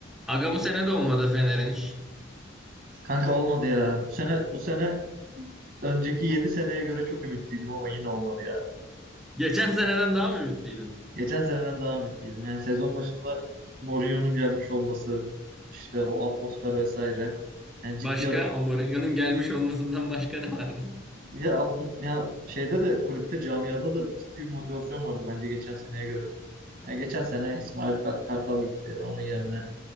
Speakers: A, in the centre; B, on the right.
A: Aga bu sene de olmadı Fener'in iş.
B: Kanka olmadı ya. Bu sene bu sene önceki 7 seneye göre çok ümitliydim ama yine olmadı ya.
A: Geçen seneden daha mı ümitliydin?
B: Geçen seneden daha ümitliydim. Yani sezon başında Mourinho'nun gelmiş olması, işte o atmosfer vesaire. Yani ciddi
A: Başka?
B: at-
A: O Mourinho'nun gelmiş olmasından başka ne vardı?
B: ya, at- ya şeyde de kulüpte camiada da ciddi bir motivasyon vardı bence geçen seneye göre. Ya geçen sene İsmail Ka- Kartal gitti. Onun yerine